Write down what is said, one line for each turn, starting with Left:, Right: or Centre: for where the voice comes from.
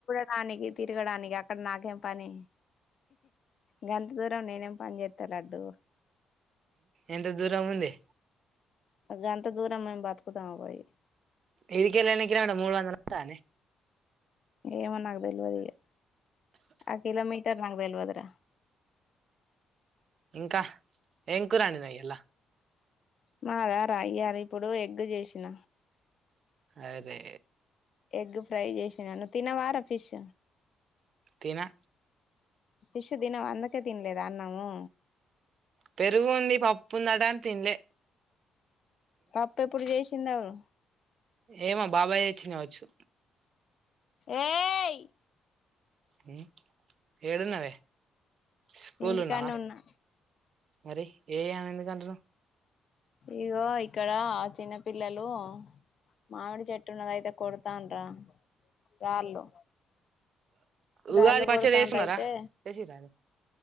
Left: డానికి తిరగడానికి అక్కడ నాకేం పని గంత దూరం నేనేం పని చేస్తాలడ్డు
Right: ఎంత దూర ముంది
Left: ఇ అంత దూరం మేము బతుకుతాం పోయి
Right: ఇదికేలి కిలోమీటర్లు మూడు వందల ఉంటా
Left: ఏమన్గదల్వ అదిగ ఆకలా మీ నాగ్తెల్వద్ర
Right: ఇంకా ఏం కూర వండినావు ఇయ్యాల
Left: మాద రా అయ్యారు ఇప్పుడు ఎగ్ చేసిన
Right: అరే
Left: ఎగ్ ఫ్రై చేసి నన్న తిన వార ఫిష్
Right: తీనా
Left: పిశు దినవ అందకే తినలేదు అన్నాము
Right: పెరుగు ఉంది పప్పు ఉందటని తినలే
Left: పప్పు ఎప్పుడు చేసిందివ్వ
Right: ఏమ బాబాయ్ తెచ్చిండు కావచ్చు
Left: ఏయ్
Right: హు ఏడున్నావే స్కూలున్నావా
Left: ఇంటికాన్నే ఉన్నా
Right: మరి ఏను ఎందు కంతున్నవ్
Left: ఇగో ఇక్కడ చిన్నపిల్లలు మామిడి చెట్టున్నదైతే కొడతానరా రార్లు
Right: ఉగాది
Left: రాళ్ళు
Right: పచ్చడి
Left: కొడతాన్లు
Right: వేసున్నారా
Left: అయితే
Right: చేసిరా